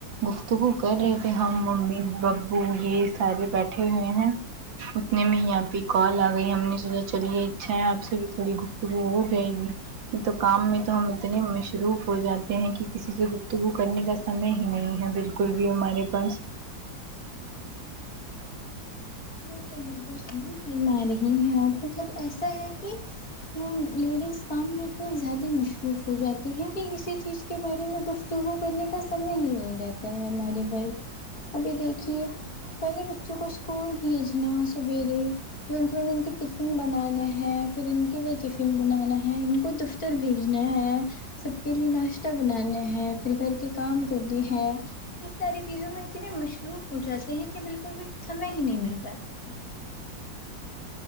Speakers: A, on the right (about 75°); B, on the left (about 50°).
A: گفتگو کر رہے تھے ہم ممی ببو یہ سارے بیٹھے ہوئے ہیں اتنے میں ہی آپ کی کال آ گئی ہم نے سوچا چلیے اچھا ہے آپ سے بھی تھوڑی گفتو توگو ہو جائے گی یہ تو کام میں تو ہم اتنے مصروف ہو جاتے ہیں کہ کسی سے گفتگو کرنے کا سمے ہی نہیں ہے بالکل بھی ہمارے پاس
B: وہ تو بالکل صحیح فرما رہی ہیں آپ مطلب ایسا ہے کہ ہم لیڈیز کام میں اتنی زیادہ مصروف ہو جاتی ہیں کہ کسی چیز کے بارے میں گفتگو کرنے کا سمے ہی نہیں رہتا ہے ہمارے پاس ابھی دیکھیے پہلے بچوں کو اسکول بھیجنا سویرے پھر ان کو ان کے ٹفن بنانا ہے پھر ان کے لیے ٹفن بنانا ہے ان کو پھر بھیجنا ہے سب کے لیے ناشتہ بنانا ہے پھر گھر کے کام کرنے ہے یہ ساری چیزوں میں اتنے مصروف ہو جاتے ہیں کہ بالکل بھی سمیں ہی نہیں مل پاتے ہیں